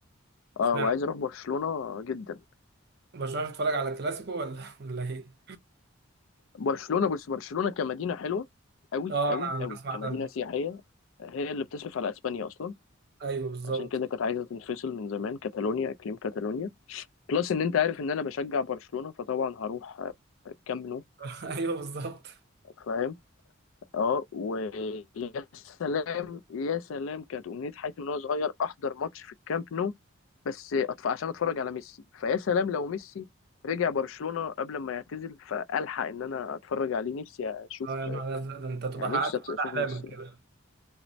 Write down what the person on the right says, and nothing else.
اشمعنى
برشلونه بتتفرج على الكلاسيكو ولا <laughs> ولا ايه؟
اه
انا أنا
اسمع
ده
ايوه بالظبط
<laughs> ايوه بالظبط
اه يا نهار ازرق ده انت تبقى
حققت
كل
احلامك
كده